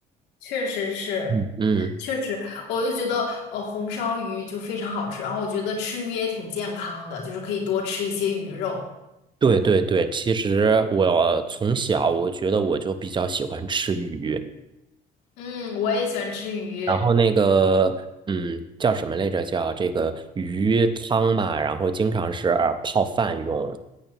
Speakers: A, on the left (about 80°); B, on the right (about 30°).
A: 确实是，
B: 嗯嗯，
A: 确实，我就觉得呃红烧鱼就非常好吃，然后我觉得吃鱼也挺健康的，就是可以多吃一些鱼肉。
B: 对对对，其实我从小我觉得我就比较喜欢吃鱼，
A: 嗯，我也喜欢吃鱼。
B: 然后那个，嗯，叫什么来着？叫这个鱼汤嘛，然后经常是泡饭用。